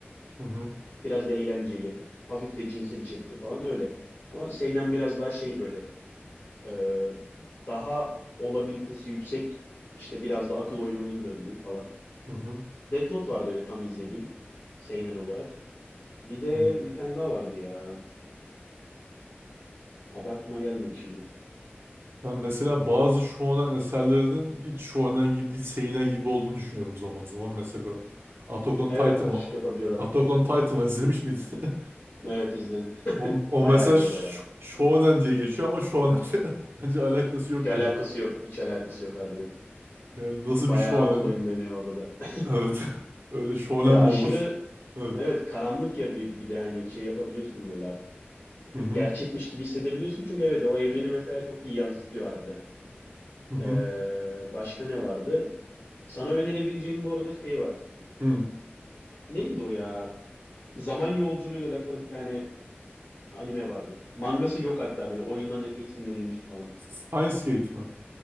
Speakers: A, on the right; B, on the left.
A: Hı hı.
B: biraz da eğlenceli, hafif de cinsel içerikli falan öyle. Ama seinen biraz daha şey böyle Ee, daha olabilitesi yüksek işte biraz da akıl oyununun döndüğü falan.
A: Hı hı.
B: Death Note vardı öyle tam izlediğim seinen olarak. Bir de
A: hı, hı.
B: bir tane daha vardı ya. Adı aklıma gelmedi şimdi.
A: Ben mesela bazı shonen eserlerinin hiç shonen gibi değil, seinen gibi olduğunu düşünüyorum zaman zaman. Mesela Attack on
B: Evet
A: Titan
B: karışık
A: var.
B: yapabiliyorlar.
A: Attack on Titan var. izlemiş miydin? <laughs>
B: Evet izledim.
A: O, o
B: Bayağı
A: mesela
B: iyi
A: ş-
B: o da ya.
A: Shonen diye geçiyor ama Shonen <laughs> bence alakası yok
B: Hiç alakası
A: gibi.
B: yok. Hiç alakası yok harbiden.
A: Yani nasıl
B: Bayağı
A: bir Shonen?
B: akıl oyunu dönüyor orada da. <laughs>
A: Evet. <laughs> Öyle Shonen
B: Ya
A: mi
B: aşırı
A: olur? Evet.
B: evet karanlık ya bir, bir de hani şey yapabiliyorsun böyle artık.
A: Hı hı.
B: Gerçekmiş gibi hissedebiliyorsun çünkü evet o evreni mesela çok iyi yansıtıyor harbiden.
A: Hı hı.
B: Ee, başka ne vardı? Sana önerebileceğim bu arada şey var.
A: Hı.
B: Neydi o ya? Zaman yolculuğuyla alakalı bir tane anime vardı. Mangası yok hatta böyle oyundan esinlenilmiş falan.
A: Steins Gate mi?